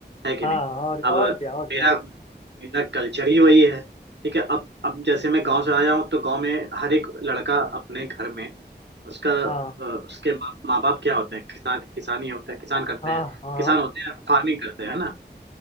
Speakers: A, on the right; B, on the left.
A: है कि
B: हाँ
A: नहीं
B: और
A: अब
B: और क्या और क्या
A: मेरा मेरा कल्चर ही वही है ठीक है अब अब जैसे मैं गांव से आया हूँ तो गांव में हर एक लड़का अपने घर में उसका अ,
B: हाँ
A: उसके माँ माँ बाप क्या होते हैं किसान किसानी होते हैं किसान करते
B: हाँ
A: हैं
B: हाँ
A: किसान होते हैं फार्मिंग करते हैं ना